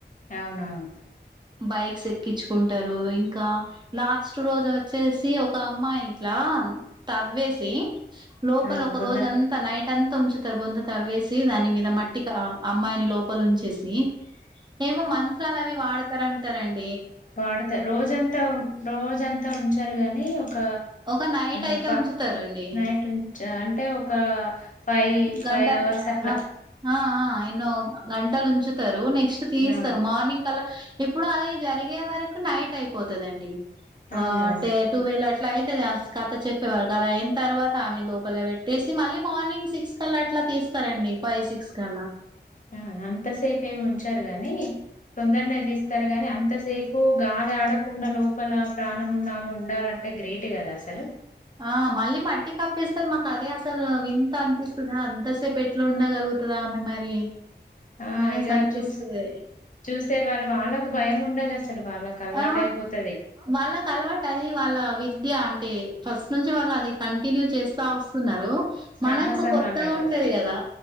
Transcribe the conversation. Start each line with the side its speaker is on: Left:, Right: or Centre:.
Left: అవునవును
Right: బైక్స్ ఎక్కించుకుంటారు ఇంక లాస్ట్ రోజు వచ్చేసి ఒక అమ్మాయి ఇట్ల తవ్వేసి లోపల
Left: అవును
Right: ఒక
Left: బుంద
Right: రోజంతా నైట్ నైటంత ఉంచుతార్ బొంత తవ్వేసి దాని మీద మట్టిక అమ్మాయిని లోపల ఉంచేసి ఏమో మంత్రాల్ అవి వాడ్తార అంటారంండి
Left: వాడతార్ రోజం రోజంతా ఉంచరు గానీ ఒక
Right: ఒక నైట్ అయితే
Left: అబ
Right: ఉంచుతారండి
Left: నైట్ నుంచె అంటే ఒక ఫైవ్
Right: గంటర్
Left: ఫైవ్ అవర్స్ అట్లా
Right: ఆ ఆహా ఇ ఎన్నో గంటలు ఉంచుతారు నెక్స్ట్ తీస్తారు
Left: అవును
Right: మార్నింగ్ కలా ఇప్పుడు అది జరిగే వరకు నైట్ అయిపోతుందిండి ఆ
Left: అవునవును
Right: టే టువెల్ అట్లా ఇట్లా అయితది ఆ కథ చెప్పేవారు అది అయినా తర్వాత ఆమె లోపల పెట్టేసి మళ్ళీ మార్నింగ్స్ సిక్స్ సిక్స్ కల్లా అట్లా తీస్తారండి ఫైవ్ సిక్స్ కల్లా
Left: అ అంతసేపు ఏమి ఉంచారు గాని తొందరనే తీస్తారు గాని అంతసేపు గాలి ఆడకుండా లోపల ప్రాణమున్న ఆమె ఉండాలంటే గ్రేట్ కదు అసలు
Right: ఆ మళ్ళీ మట్టి కప్పేస్తారు మాకు అదే అసలు వింత అనిపిస్తుంది అంత తె పెట్లో ఉండగలుగుతదా ఆమె మరి
Left: ఆ
Right: అనేసి
Left: ఇగ
Right: అనిపిస్తది
Left: చూస్ చూస్తె వాళ్ళ వాళ్ళకు భయం ఉండదు అసలు వాళ్ళకి అలవాటు
Right: ఆ
Left: అయిపోతది.
Right: వాళ్ళకు అలవాటు అది వాళ్ళ విద్య అంటే ఫస్ట్ నుంచి వాళ్ళు అది కంటిన్యూ చేస్తా వస్తున్నారు
Left: సాహసంలు
Right: మనకు కొత్తగా
Left: అన్నట్టు.
Right: ఉంటది కదా